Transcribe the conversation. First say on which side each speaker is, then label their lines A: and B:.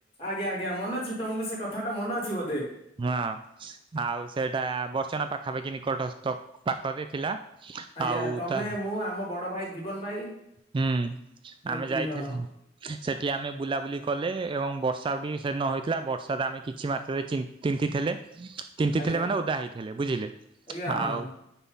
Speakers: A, on the left; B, on the right.
A: ଆଜ୍ଞା ଆଜ୍ଞା ମନେ ଅଛି ତମକୁ ସେ କଥାଟା ମନେ ଅଛି ବୋଧେ
B: ହଁ ଆଉ ସେଇଟା ବର୍ଚନା ପାଖାପାଖି ନିକଟସ୍ଥ ପାଖରେ ଥିଲା।
A: ଆଜ୍ଞା
B: ଆଉ
A: ତମେ
B: ତା
A: ମୁଁ ଆମ ବଡ ଭାଇ ଜୀବନ ଭାଇ
B: ହୁଁ ଆମେ
A: ତିନି
B: ଯାଇଥିଲେ।
A: ଜଣ
B: ସେଠି ଆମେ ବୁଲାବୁଲି କଲେ ଏବଂ ବର୍ଷା ବି ସେ ନ ହେଥିଲା ବର୍ଷା ଆମେ କିଛି ମାତ୍ରାରେ ତିଁଥିଲେ। ତିତି
A: ଆଜ୍ଞା
B: ଥିଲେ ମାନେ ଓଦା ହେଇଥିଲେ ବୁଝିଲେ
A: ଆଜ୍ଞା ହଁ
B: ଆଉ